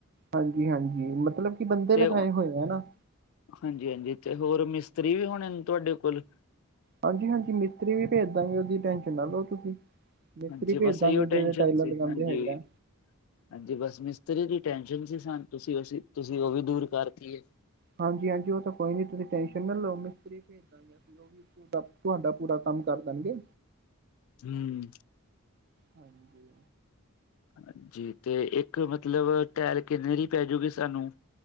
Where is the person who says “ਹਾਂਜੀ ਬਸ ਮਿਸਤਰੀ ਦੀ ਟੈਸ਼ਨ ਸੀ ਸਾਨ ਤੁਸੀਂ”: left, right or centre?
Left